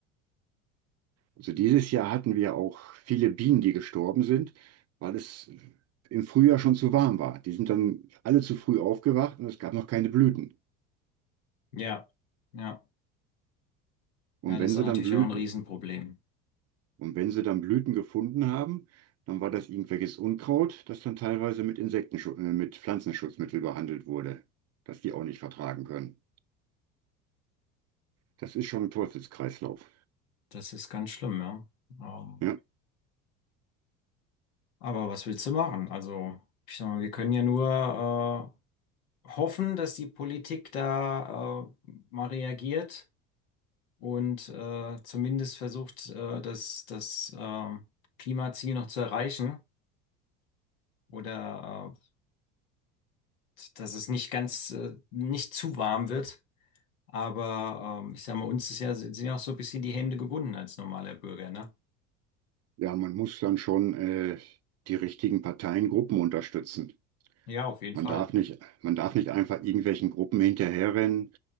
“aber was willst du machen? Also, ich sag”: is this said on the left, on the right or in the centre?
Left